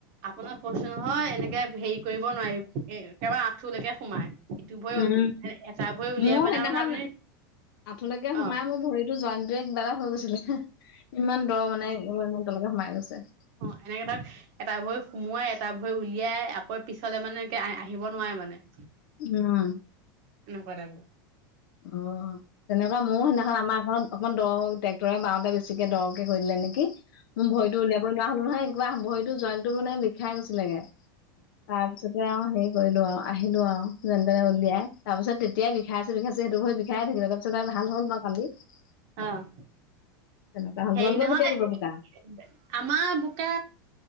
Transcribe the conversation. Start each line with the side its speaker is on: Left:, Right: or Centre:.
Right: আপোনাক কৈছো নহয় এনেকে হেৰি কৰিব নোৱাৰি এ -একেবাৰে আঠুলৈকে সোমাই। সিটো ভৰি
Left: উম,
Right: এটা ভৰি উলিয়াই
Left: মোৰ
Right: পেনা
Left: সেইদিনাখন
Right: মানে আপুনি
Left: আঠুলৈকে
Right: অ
Left: সোমাই মোৰ ভৰিতো জইন বেগ বাৰ হৈ গৈছিলি। <unintelligible> ইমান দ মানে ইমান সোমাই গৈছে।
Right: অ এনেকে ধৰক এটা ভৰি সোমোৱাই এটা ভৰে উলিয়াই আকৌ পিছলে মানে এনেকে আহিব নোৱাৰে মানে।
Left: উম
Right: এনেকুৱা তাইপৰ
Left: অহ তেনেকুৱা মোৰ সেইদিনাখন আমাৰ ঘৰত অকনমান দৰ ট্ৰেক্টৰে বাওঁ বেছিকে দৰকে কৰিলে নেকি মোৰ ভৰিতো উলিয়াব লোৱাৰোৱা হল নহয়। কিবা ভৰিতো জইন্তটো মানে বিষাই গৈছিলেগে তাৰপিছতে আৰু হে। কৰিলো আৰু আহিলো আৰু যেনে তেনে উলিয়াই তাৰ পিছত তেতিয়াই বিষাই আছে বিষাই। সেইটো ভ বিষায়াইে থাকিল তপিছতি ভাল হ'ল মই কালি। <unintelligible>
Right: অহ।
Left: তেনেকুৱা হ'ল
Right: হেৰি
Left: তোমালোকৰ
Right: নহয়
Left: কেতিয়া দিব বোকা
Right: <inaudible> আমাৰ বোকা